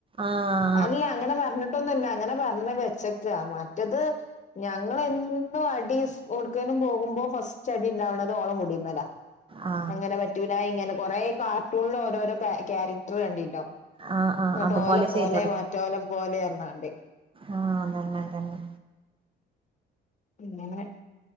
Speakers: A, on the right; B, on the left.
A: ആഹ്
B: അല്ല അങ്ങനെ പറഞ്ഞിട്ടൊന്നുമില്ല അങ്ങനെ പറഞ്ഞ് വെച്ചിട്ടാ മറ്റത് ഞങ്ങള് എന്നും അടി കൊടുക്കലും പോകുമ്പോ ഫസ്റ്റ് അടി ഉണ്ടാവണത് ഓള മുടിമേലാ
A: ആ
B: അങ്ങനെ പറ്റൂല ഇങ്ങനെ കൊറേ കാർട്ടൂണില് ഓരോരോ ക്യാരക്ടർ കണ്ടീണ്ടിം
A: ആ ആ
B: എന്നിട്ട്
A: അതുപോലെ
B: ഓല പോലെ
A: ചെയ്ത്
B: മറ്റോല പോലെ ഒന്നാണ്ട്
A: ആഹ് അത് തന്നെ തന്നെ
B: ഇങ്ങനെ